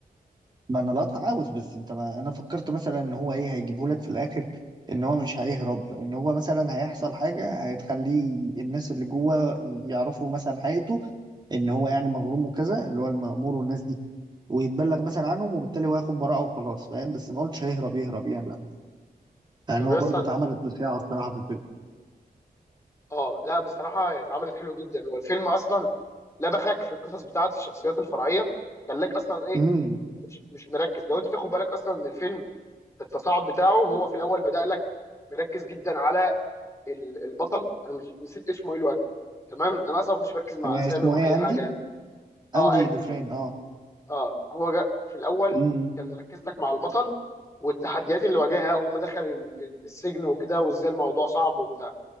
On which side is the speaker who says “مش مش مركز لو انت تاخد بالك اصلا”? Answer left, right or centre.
Left